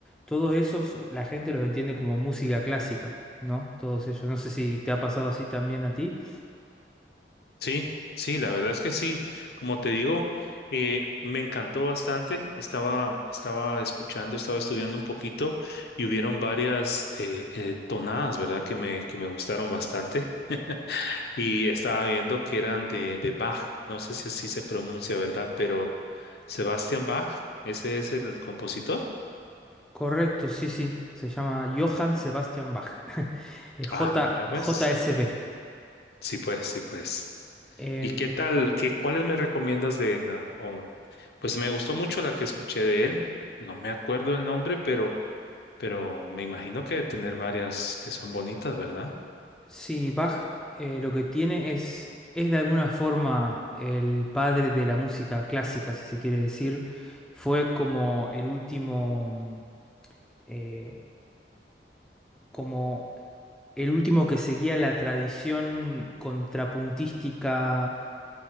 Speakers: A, in the centre; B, on the left.
A: todos esos la gente los entiende como música clásica, ¿no? Todos ellos. No sé si te ha pasado así también a ti.
B: Sí, sí, la verdad es que sí. Como te digo, eh, me encantó bastante. Estaba, estaba escuchando, estaba estudiando un poquito y hubieron varias eh, eh, tonadas, ¿verdad? Que me, que me gustaron bastante. Y estaba viendo que eran de, de Bach, no sé si así se pronuncia, ¿verdad? Pero Sebastian Bach, ese es el compositor.
A: Correcto, sí, sí. Se llama Johann Sebastian Bach. <laughs> eh, J,
B: Ah, mira, ves.
A: JSB.
B: Sí, pues, sí, pues.
A: Em,
B: ¿Y qué tal? ¿Qué, cuáles me recomiendas de la? o- pues me gustó mucho la que escuché de él. No me acuerdo el nombre, pero, pero me imagino que debe tener varias que son bonitas, ¿verdad?
A: Sí, Bach eh, lo que tiene es, es de alguna forma el padre de la música clásica, si se quiere decir. Fue como el último, mm, eh, como el último que seguía la tradición contrapuntística